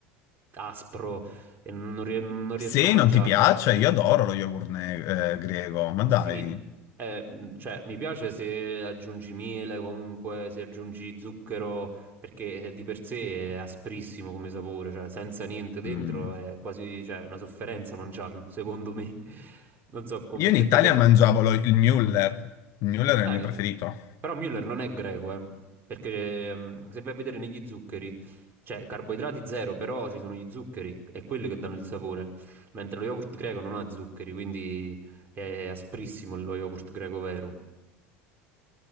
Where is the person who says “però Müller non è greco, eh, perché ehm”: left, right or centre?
Right